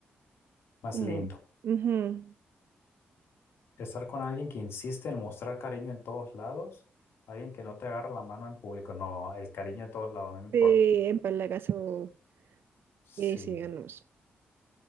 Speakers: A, on the left; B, on the right.
A: más
B: como,
A: lindo.
B: ujú,
A: Estar con alguien que insiste en mostrar cariño en todos lados, alguien que no te agarra la mano en público, no, el cariño en todos lados, no me importa.
B: sí, empalagazo,
A: Sí,
B: eh, síganos,